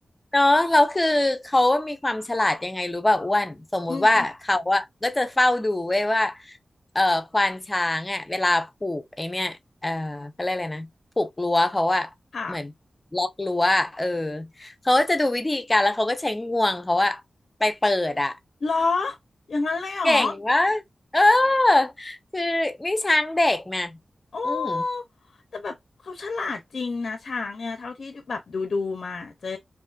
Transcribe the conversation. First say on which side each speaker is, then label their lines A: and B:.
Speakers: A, on the left; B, on the left.
A: เนาะแล้วคือเขามีความฉลาดยังไงรู้ป่ะอ้วนสมมุติว่าเขาอะก็จะเฝ้าดูเว้ยว่า
B: อืม
A: เอ่อควานช้างอะเวลาผูกไอเนี่ยเอ่อเขาเรียกอะไรนะผูกรั้วเขาอะเหมือน
B: ค่ะ
A: ล็อกรั้วอะเออเขาก็จะดูวิธีการแล้วเขาก็ใช้งวงเขาอะไปเปิดอะ
B: เหรออย่างนั้นเลยเหรอ
A: เก่งวะเออคือนี่ช้างเด็กนะ
B: โอ้
A: อืม
B: แต่แบบเขาฉลาดจริงนะช้างเนี่ยเท่าที่แบบดูดูมาเจ๊